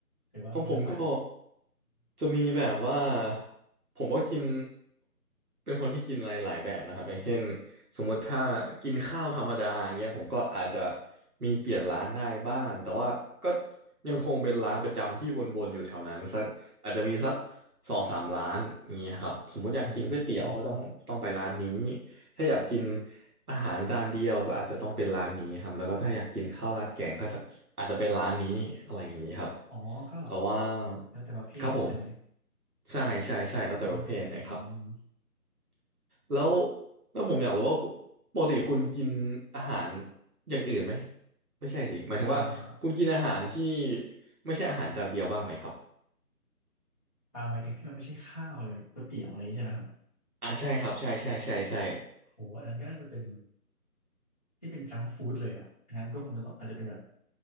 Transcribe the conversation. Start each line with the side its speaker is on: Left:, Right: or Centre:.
Left: หรือว่าเป็นสไตล์
Right: ของผมก็จะมีแบบว่าผมก็กินเป็นคนที่กินอะไรหลายแบบนะครับอย่างเช่นสมมติถ้ากินข้าวธรรมดาอย่างเงี้ยผมก็อาจจะมีเปลี่ยนร้านได้บ้างแต่ว่าก็ยังคงเป็นร้านประจำที่วนๆอยู่แถวนั้นสักอาจจะมีสักสองสามร้านอย่างเงี้ยครับสมมติอยากกินก๋วยเตี๋ยวก็ต้องต้องไปร้านนี้
Left: อืม
Right: ถ้าอยากกิน อาหารจานเดียวก็อาจจะต้องเป็นร้านนี้ครับแล้วก็ถ้าอยากกินข้าวราดแกงก็จะอาจจะเป็นร้านนี้อะไรอย่างนี้ครับ
Left: อ๋อก็
Right: แต่ว่า
Left: แล้วแต่ประเภทใช่ไหม
Right: ครับผมใช่ใช่ใช่แล้วแต่ประเภทเลยครับ
Left: อืม
Right: แล้วแล้วผมอยากรู้ว่าคุณปกติคุณกินอาหารอย่างอื่นไหมไม่ใช่สิหมายถึงว่าคุณกินอาหารที่
Left: อ่า
Right: ไม่ใช่อาหารจานเดียวบ้างไหมครับ
Left: อ่าหมายถึงที่มันไม่ใช่ข้าวเลยก๋วยเตี๋ยวอะไรอย่างงี้ใช่ไหมครับ
Right: อ่าใช่ครับใช่ใช่ใช่ใช่
Left: โหอันนั้นก็น่าจะเป็นที่เป็นจังฟู้ดเลยอ่ะ งั้นก็คงจะต้องอาจจะเป็นแบบ